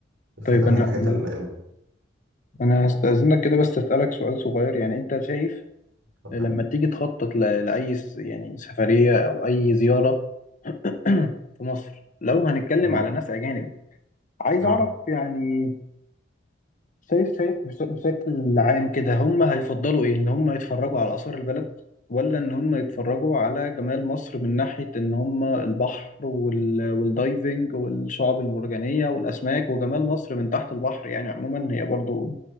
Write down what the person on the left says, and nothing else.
طيب أنا
أنا
أنا هستأذنك كده بس أسألك سؤال صغير يعني أنت شايف
لما تيجي تخطط ل- لأي س- يعني سفرية أو أي زيارة <clears throat> في مصر لو هنتكلم
على ناس أجانب عايز
أعرف يعني شايف شايف بش- بشكل عام كده هم هيفضلوا ايه ان هم يتفرجوا على آثار البلد ولا ان هم يتفرجوا على جمال مصر من ناحية ان هم البحر وال... والدايفنج والشعاب المرجانية والأسماك وجمال مصر من تحت البحر يعني عموما هي برضو